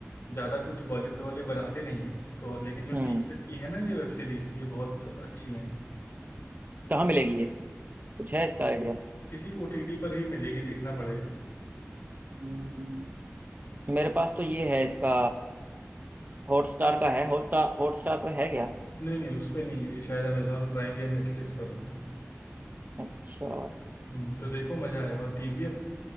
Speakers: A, on the left; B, on the right.
A: ज़्यादा कुछ बॉलीवुड वाले बनाते नहीं हैं तो और लेकिन जो
B: हम्म
A: टीएफ की है ना ये वेब सीरीज़ ये बहुत अच्छी हैं
B: कहाँ मिलेगी ये कुछ है इसका आइडिया
A: किसी ओटीटी पर ही मिलेगी देखना पड़ेगा
B: हम्म मेरे पास तो ये है इसका हॉटस्टार का है हॉटस्टार हॉटस्टार पर है क्या
A: नहीं नहीं उस पे नहीं ये शायद अमेजोन प्राइम या नेटफ्लिक्स पर होगा
B: अच्छा
A: हम्म तो देखो मज़ा आएगा और टीवीएफ